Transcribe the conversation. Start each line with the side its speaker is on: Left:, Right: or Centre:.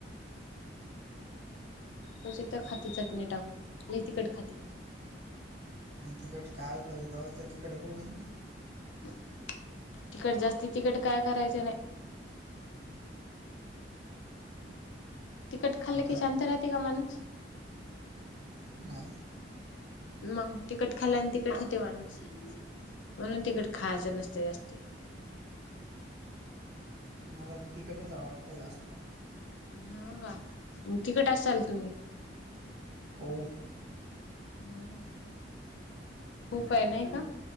Left: त्याचीतच खाती चटणी टाकू लय तीखट खाती.
Right: आणि तिकट खायला पाहिजे तवच तर तिकीट बोलणे
Left: तिकट जास्तीत तिकट काय करायचं नाही तिकट खाल्ले
Right: मग का
Left: की शांत राहते का माणूस
Right: नाही
Left: मग तिकट खाल्ल्यान तिकट होते माणूस म्हणून तिकट खायचं नसते जास्त.
Right: मला तिकटच आवडतं जास्त.
Left: हो का तिकट असाल तुम्ही
Right: हो
Left: हम् खूप आहे नाही का